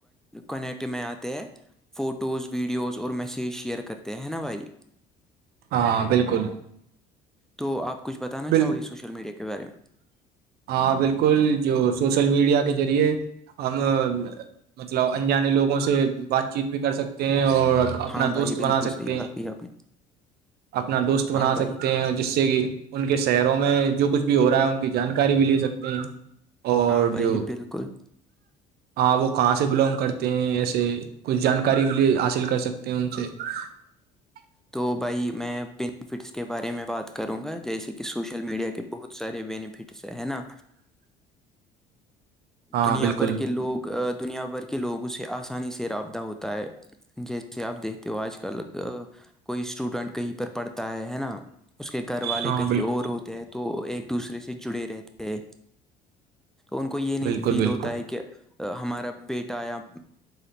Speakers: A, in the centre; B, on the right (about 65°).
A: کونیکٹ میں آتے ہیں فوٹوز ویڈیوز اور میسیج شیئر کرتے ہیں نا بھائی
B: ہاں بالکل
A: تو آپ کچھ بتانا
B: بال
A: چاہو گے سوشل میڈیا کے بارے میں
B: ہاں بالکل جو سوشل میڈیا کے ذریعے ہم مطلب ان جانے لوگوں سے بات چیت بھی کر سکتے ہیں اور اپنا
A: ہاں بھائی
B: دوست
A: بالکل
B: بنا سکتے
A: صحیح بات
B: ہیں
A: کی آپ نے
B: اپنا دوست بنا
A: ہاں بھائی
B: سکتے ہیں جیسے کہ ان کے شہروں میں جو کچھ بھی ہو رہا ہے ان کی جانکاری بھی لے سکتے ہیں اور
A: ہاں بھائی
B: جو
A: بالکل
B: ہاں وہ کہاں سے بلونگ کرتے ہیں ایسے کچھ جانکاری بھیے حاصل کر سکتے ہیں ان سے <inaudible>
A: تو بھائی میں بینیفٹس کے بارے میں بات کروں گا جیسے کہ سوشل میڈیا کے بہت سارے بینیفٹ سے ہے نا
B: ہاں
A: دنیا
B: بالکل
A: بھر کے لوگ دنیا بھر کے لوگوں سے آسانی سے رابطہ ہوتا ہے جیسے آپ دیکھتے ہو آج کل کوئی اسٹوڈینٹ کہیں پر پڑھتا ہے ہے نا اس کے گھر والے
B: ہاں
A: کہیں
B: بالکل
A: اور ہوتے ہیں تو ایک دوسرے سے جڑے رہتے ہیں ان کو یہ نہیں
B: بالکل
A: فیل
B: بالکل
A: ہوتا ہے کہ ہمارا بیٹا یا